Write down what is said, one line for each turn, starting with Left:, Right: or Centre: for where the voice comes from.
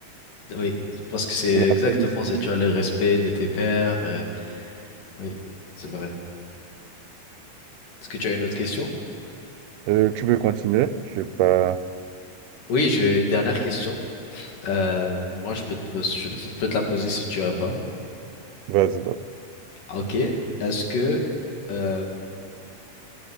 Left: Oui, parce que c'est
Right: C'est la
Left: exactement,
Right: paix d'esprit.
Left: c'est tu as le respect de tes pairs. euh, oui, c'est vrai. Est-ce que tu as une autre question?
Right: Euh, tu peux continuer. Je pas.
Left: Oui, j'ai une dernière question. Euh, moi, je peux te, pos- je peux te je peux te la poser si tu as pas.
Right: Vas-y donc.
Left: Ok. Est-ce que euh,